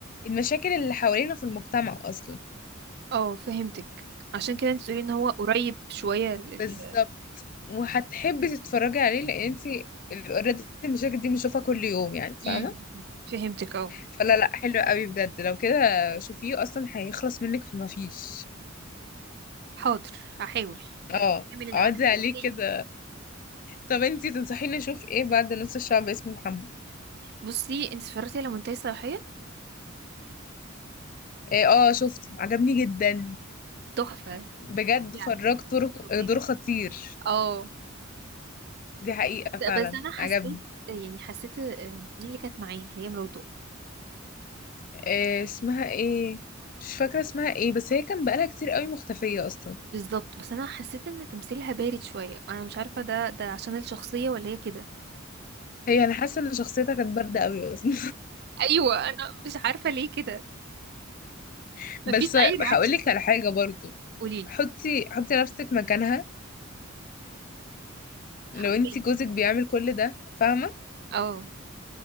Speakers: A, on the left (about 40°); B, on the right (about 50°).
A: المشاكل اللي حوالينا في المجتمع اصلا
B: اه فهمتك عشان كده انت تقولي ان هو قريب شوية لل...
A: فبالظبط وهتحبي تتفرجي عليه لان انتي اوريدي المشاكل دي بنشوفها كل يوم يعني فاهمة
B: امم فهمتك اه
A: فلا لا حلو قوي بجد لو كده شوفيه اصلا هيخلص منك فما فيش
B: حاضر هحاول
A: اه
B: كمل العمل
A: اقعدي عليه
B: وإيه؟
A: كده طب انتي تنصحيني اشوف ايه بعد نص الشعب اسمه محمد
B: بصي انت اتفرجتي على منتهي الصلاحية
A: ايه اه شفته عجبني جدا
B: تحفة
A: بجد
B: فظيع
A: فراج دور
B: فظيع
A: دور خطير
B: اه
A: دي حقيقة فعلا
B: لا، بس انا حسيت
A: عجبني
B: يعني حسيت آه، مين اللي كانت معايا اللي هي مراته
A: آه اسمها ايه مش فاكرة اسمها ايه بس هي كان بقالها كتير قوي مختفية اصلا
B: بالظبط بس انا حسيت ان تمثيلها بارد شويه انا مش عارفه ده ده عشان الشخصيه ولا هي كده
A: هي انا حاسة ان شخصيتها كانت باردة قوي اصلا
B: ايوه <laughs> انا مش عارفه ليه كده
A: <laughs>
B: مفيش
A: بس
B: اي رياكشن
A: هقولك على حاجة برضو
B: قوليلي
A: حطي حطي نفسك مكانها
B: حبيت
A: لو انتي جوزك بيعمل كل ده فاهمة
B: اه